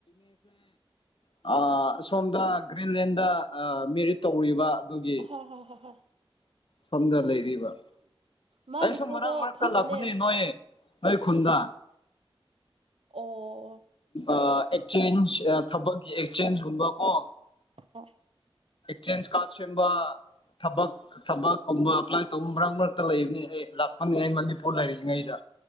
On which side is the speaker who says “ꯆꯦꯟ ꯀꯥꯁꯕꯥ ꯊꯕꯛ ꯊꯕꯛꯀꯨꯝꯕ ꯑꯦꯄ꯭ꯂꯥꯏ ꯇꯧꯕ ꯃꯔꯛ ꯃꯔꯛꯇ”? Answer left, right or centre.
Left